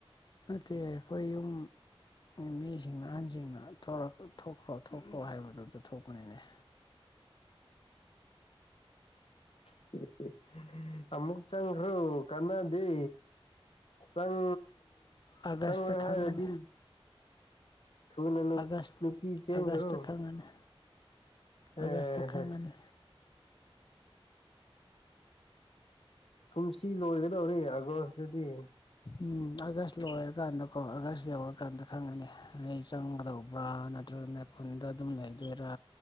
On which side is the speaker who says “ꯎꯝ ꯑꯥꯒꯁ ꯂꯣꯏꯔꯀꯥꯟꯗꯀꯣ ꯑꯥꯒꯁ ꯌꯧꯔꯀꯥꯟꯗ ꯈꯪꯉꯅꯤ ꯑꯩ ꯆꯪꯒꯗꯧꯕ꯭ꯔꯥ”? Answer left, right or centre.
Left